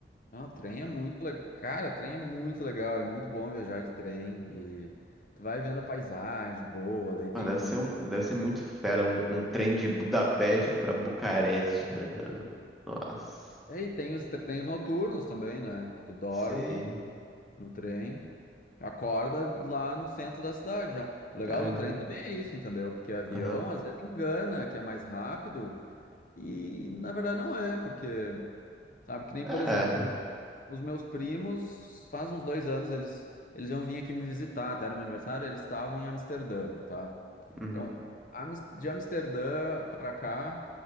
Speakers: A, on the left; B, in the centre.
A: Não, trem é muito legal. Cara, trem é muito legal, é muito bom viajar de trem e tu vai vendo a paisagem boa, daí tem.
B: Ah, deve ser um, deve ser muito fera um, um trem de Budapeste pra Bucareste, né? Nossa,
A: É, E aí tem os trens noturnos também, né? Tu dorme
B: sei.
A: no trem, acorda lá no centro da cidade já. O legal
B: Caramba.
A: do trem também é isso, entendeu? Porque avião
B: Aham.
A: às vezes engana que é mais rápido e na verdade não é, porque sabe que nem, por exemplo,
B: É.
A: os os meus primos, faz uns dois anos eles eles iam vir aqui me visitar, até era meu aniversário, eles estavam em Amsterdã, tá?
B: Uhum.
A: Então, Amis- de Amsterdã pra cá